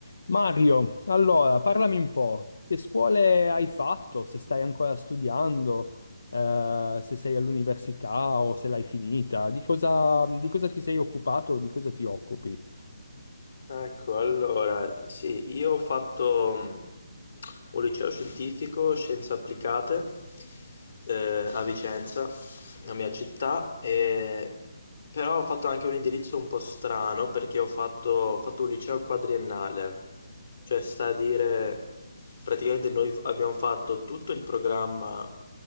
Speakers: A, on the left; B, on the left.
A: Mario, allora parlami un po', che scuole hai fatto? Se stai ancora studiando, eh, se sei all'università o se l'hai finita, di cosa, di cosa ti sei occupato, di cosa ti occupi?
B: Ecco, allora, sì, io ho fatto mm, un liceo scientifico, scienze applicate, eh, a Vicenza, la mia città, e- però ho fatto anche un indirizzo un po' strano perché ho fatto, ho fatto un liceo quadriennale, cioè sta a dire, praticamente noi f- abbiamo fatto tutto il programma